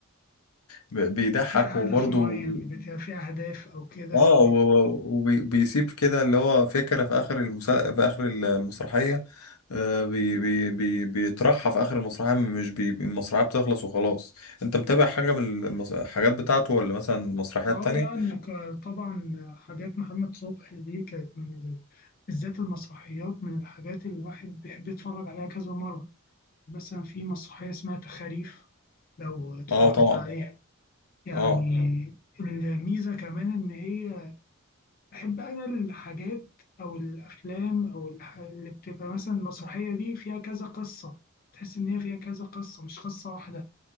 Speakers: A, on the left; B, on the left.
A: ب- بيضحك
B: فيها
A: وبرضه
B: هدف معين بيبقى فيها أهداف أو كده
A: اه وبيسيب كده اللي هو فكرة في آخر المسا... في آخر المسرحية آه بي... بي... بي... بيطرحها في آخر المسرحية مش بي... المسرحية بتخلص وخلاص أنت متابع حاجة من المس... الحاجات بتاعته ولا مثلا مسرحيات
B: اه
A: تانية؟
B: يعني ك- طبعا حاجات محمد صبحي دي كانت من ال... بالذات المسرحيات من الحاجات اللي الواحد بيحب يتفرج عليها كذا مرة مثلا في مسرحية اسمها تخاريف لو اتفرجت
A: اه طبعا
B: عليها يعني
A: اه
B: الميزة كمان إن هي بحب أنا الحاجات أو الأفلام أو الح... اللي بتبقى مثلا المسرحية دي فيها كذا قصة تحس إن هي فيها كذا قصة مش قصة واحدة